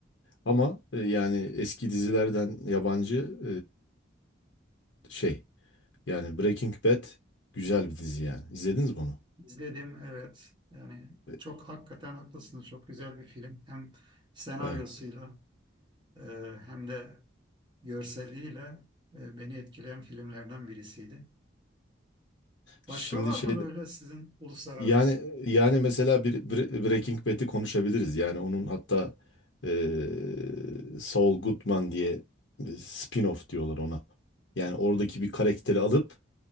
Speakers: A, on the left; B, on the right.
A: Ama e, yani eski dizilerden yabancı e, şey yani Breaking Bad güzel bir dizi yani. İzlediniz mi onu?
B: İzledim evet. Yani
A: E,
B: çok hakikaten haklısınız. Çok güzel bir film. Hem senaryosuyla
A: Evet.
B: e, hem de görseliyle e, beni etkileyen filmlerden birisiydi.
A: Şimdi
B: Başka var
A: şey
B: mı böyle
A: de-
B: sizin uluslararası?
A: yani yani mesela bir Bre- Breaking Bad'i konuşabiliriz. Yani onun hatta e, Saul Goodman diye e, spin-off diyorlar ona. Yani oradaki bir karakteri alıp